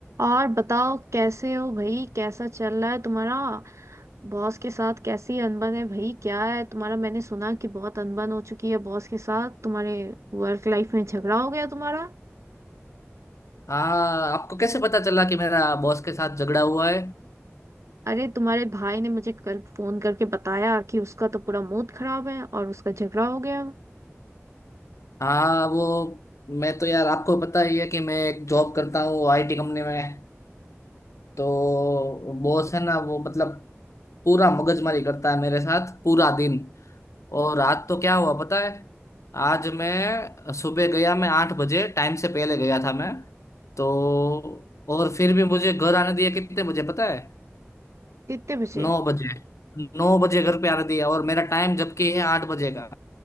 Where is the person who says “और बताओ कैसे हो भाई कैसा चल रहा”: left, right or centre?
Right